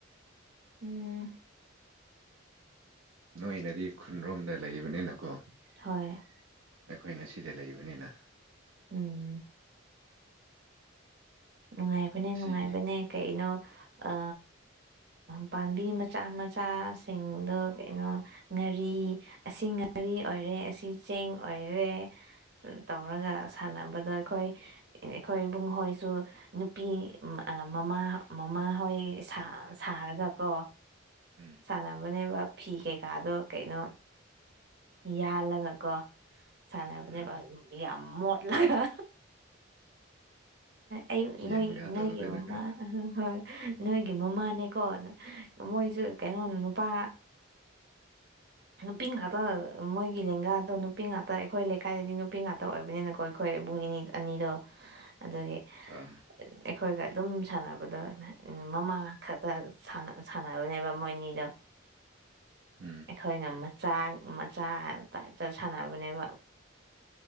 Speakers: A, on the right (about 50°); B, on the right (about 70°).
A: ꯎꯝ
B: ꯅꯣꯏꯅꯗꯤ ꯈꯨꯟꯔꯣꯝꯗ ꯂꯩꯕꯅꯤꯅꯀꯣ
A: ꯍꯣꯏ
B: ꯑꯩꯈꯣꯏꯅ ꯁꯤꯗ ꯂꯩꯕꯅꯤꯅ
A: ꯎꯝ ꯅꯨꯡꯉꯥꯏꯕꯅꯦ ꯅꯨꯡꯉꯥꯏꯕꯅꯦ
B: ꯁꯤꯒꯤ
A: ꯀꯩꯅꯣ ꯑ ꯄꯥꯝꯕꯤ ꯃꯆꯥ ꯃꯆꯥꯁꯤꯡꯗꯣ ꯀꯩꯅꯣ ꯉꯥꯔꯤ ꯑꯁꯤ ꯉꯥꯔꯤ ꯑꯣꯏꯔꯦ ꯑꯁꯤ ꯆꯦꯡ ꯑꯣꯏꯔꯦ ꯇꯧꯔꯒ ꯁꯥꯟꯅꯕꯗꯣ ꯑꯩꯈꯣꯏ ꯑꯩꯈꯣꯏ ꯏꯕꯨꯡꯍꯣꯏ ꯁꯨ ꯅꯨꯄꯤ ꯃꯃꯥ ꯃꯃꯥꯍꯣꯏ ꯁꯥ ꯁꯥꯔꯒꯀꯣ
B: ꯎꯝ
A: ꯁꯥꯟꯅꯕꯅꯦꯕ ꯐꯤ ꯀꯩꯀꯥꯗꯣ ꯀꯩꯅꯣ ꯌꯥꯜꯂꯒ ꯀꯣ ꯁꯥꯟꯅꯕꯅꯦꯕ
B: ꯎꯝ
A: ꯌꯥꯝ ꯃꯣꯠꯂꯒ ꯑꯩ
B: ꯒꯦꯝꯒ
A: ꯅꯣꯏ ꯅꯣꯏꯒꯤ
B: ꯇꯧꯗꯅꯒ
A: ꯃꯃꯥꯅ ꯍꯣꯏ ꯅꯣꯏꯒꯤ ꯃꯃꯥꯅꯦꯀꯣꯅ ꯃꯣꯏꯁꯨ ꯀꯩꯅꯣ ꯅꯨꯄꯥ ꯅꯨꯄꯤ ꯉꯥꯛꯇ ꯃꯣꯏꯒꯤ ꯂꯦꯡꯒꯥꯗꯣ ꯅꯨꯄꯤ ꯉꯥꯛꯇ ꯑꯩꯈꯣꯏ ꯂꯩꯀꯥꯏꯗꯗꯤ ꯅꯨꯄꯤ ꯉꯥꯛꯇ ꯑꯣꯏꯕꯅꯤꯅꯀꯣ ꯑꯩꯈꯣꯏ ꯏꯕꯨꯡ ꯏꯅꯤꯗꯣ ꯑꯅꯤꯗꯣ ꯑꯗꯨꯗꯒꯤ
B: ꯑ
A: ꯑꯩꯈꯣꯏꯒ ꯑꯗꯨꯝ ꯁꯥꯟꯅꯕꯗ ꯃꯃꯥ ꯈꯛꯇ ꯁꯥꯟꯅꯕꯅꯦꯕ ꯃꯣꯏꯅꯤꯗꯣ
B: ꯎꯝ
A: ꯑꯩꯈꯣꯏꯅ ꯃꯆꯥ ꯃꯆꯥ ꯇꯥꯏꯞꯇ ꯁꯥꯟꯅꯕꯅꯦꯕ